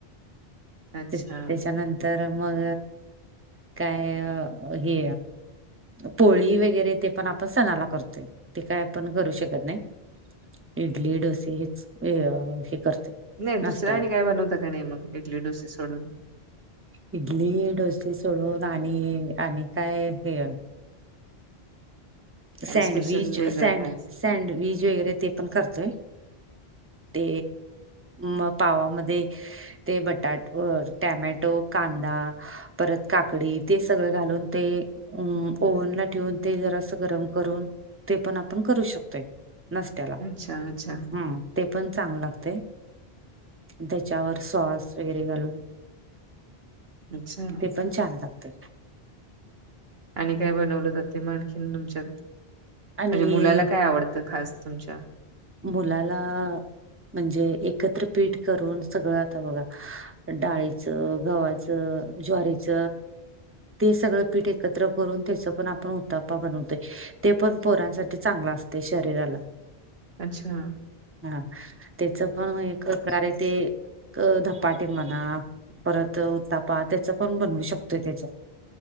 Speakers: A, on the right; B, on the right.
A: अच्छा.
B: त्याच्यानंतर मग काय हे पोळी वगैरे ते पण आपण सणाला करतोय ते काय आपण करू शकत नाही इडली डोसे हेच हे करते
A: नाही
B: नाश्त्याला
A: दुसऱ्या आणि काय बनवता का नाही मग इडली डोसे सोडून
B: इडली डोसे सोडून आणि आणि काय हे सँडविच
A: आणि स्पेशल वेगळं
B: सड
A: काय असतं?
B: सँडविच वगैरे ते पण करतोय. ते म पावामध्ये ते बटाट टॉमॅटो कांदा परत काकडी ते सगळ घालून ते ओव्हनला ठेवून ते जरा अस गरम करून ते पण आपण करू शकतोय नसत्याला
A: अच्छा, अच्छा,
B: हम ते पण चांग लागते. त्याच्यावर सॉस वगैरे घालून.
A: अच्छा
B: ते पण छान लागतय
A: आणि काय बनवलं जाते आणखीन तुमच्यात
B: आणि
A: म्हणजे मुलाला काय आवडतं खास तुमच्या
B: मुलाला म्हणजे एकत्र पीठ करून सगळं आता बघा. डाळीचं गव्हाचं ज्वारीच ते सगळं पीठ एकत्र करून त्याच पण आपण उतपा बनवतोय ते पण पोरांसाठी चांगला असते शरीराला
A: अच्छा
B: हा त्याच पण एक प्रकारे ते धपाटे म्हणा. परत तापा त्याच पण बनवू शकतोय त्याच